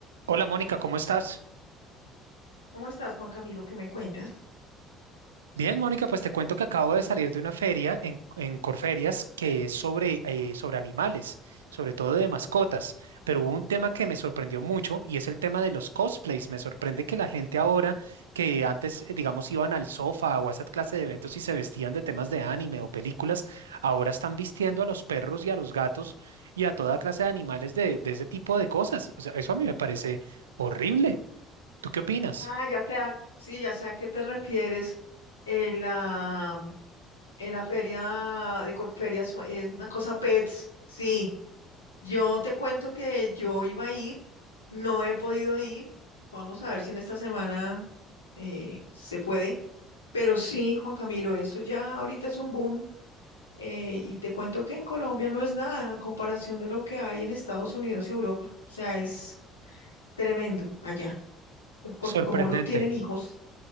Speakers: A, on the right; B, on the left.
A: Hola Mónica, ¿cómo estás?
B: ¿Cómo estás, Juan Camilo? ¿Qué me cuentas?
A: Bien, Mónica, pues te cuento que acabo de salir de una feria en, en Corferias que es sobre, eh, sobre animales, sobre todo de mascotas, pero hubo un tema que me sorprendió mucho y es el tema de los cosplays. Me sorprende que la gente ahora que antes, eh, digamos, iban al sofá o a esa clase de eventos y se vestían de temas de anime o películas, ahora están vistiendo a los perros y a los gatos y a toda clase de animales de, de ese tipo de cosas. O sea, eso a mí me parece horrible. ¿Tú qué opinas?
B: Ah, ya sé, a- sí, ya sé a qué te refieres. En la, en la feria de Corferias es una cosa pets. Sí, yo te cuento que yo iba a ir, no he podido ir. Vamos a ver si en esta semana eh, se puede. Pero sí, Juan Camilo, eso ya ahorita es un boom. eh, y te cuento que en Colombia no es nada a comparación de lo que hay en Estados Unidos y Europa. O sea, es tremendo allá. Pues porque
A: Sorprendente.
B: como no tienen hijos.